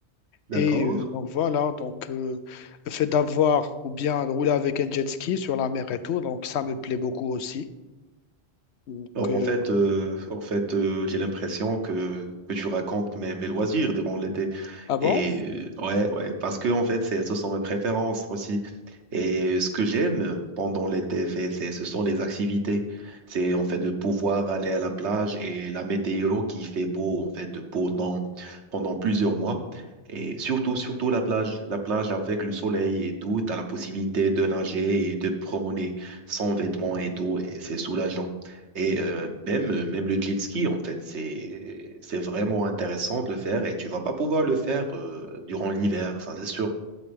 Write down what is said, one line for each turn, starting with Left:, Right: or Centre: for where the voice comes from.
Right: D'accord.
Left: Et euh, donc voilà, donc euh, le fait d'avoir ou bien de rouler avec un jet ski sur la mer et tout, donc ça me plaît beaucoup aussi. Donc,
Right: Alors
Left: euh,
Right: en fait, euh, en fait, euh, j'ai l'impression que, que tu racontes mes, mes loisirs durant l'été.
Left: ah bon?
Right: Et euh, ouais, ouais, parce que en fait, c'est, ce sont mes préférences aussi. Et ce que j'aime pendant l'été, c'est, c'est- ce sont les activités. C'est en fait de pouvoir aller à la plage et la météo qui fait beau en fait pendant pendant plusieurs mois. Et surtout, surtout la plage, la plage avec le soleil et tout, t'as la possibilité de nager et de promener sans vêtements et tout, et c'est soulageant. Et euh, même, euh, même le jet ski, en fait, c'est, c'est vraiment intéressant de le faire et tu vas pas pouvoir le faire euh, durant l'hiver, ça c'est sûr.